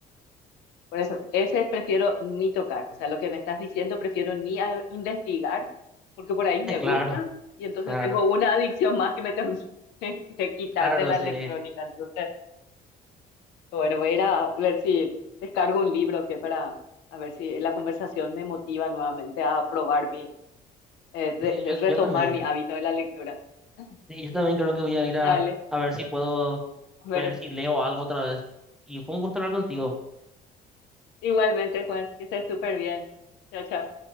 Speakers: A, on the left (about 85°); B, in the centre.
A: Por eso, ese prefiero ni tocar. O sea, lo que me estás diciendo prefiero ni a- investigar, porque por ahí me gusta
B: Claro,
A: y entonces
B: claro,
A: tengo una adicción más que me tengo <laughs> que quitar
B: claro,
A: de la
B: sí.
A: electrónica. Entonces, bueno, voy a ir a ver si descargo un libro que para, a ver si la conversación me motiva nuevamente a probar mi, eh, de-
B: Sí,
A: de
B: yo,
A: retomar
B: yo también.
A: mi hábito de la lectura. <laughs>
B: Sí, yo también creo que voy a ir
A: Dale,
B: a, a ver si puedo
A: a ver,
B: ver si leo algo otra vez. Y fue un gusto hablar contigo.
A: igualmente, Juan, que estés súper bien. Chao, chao.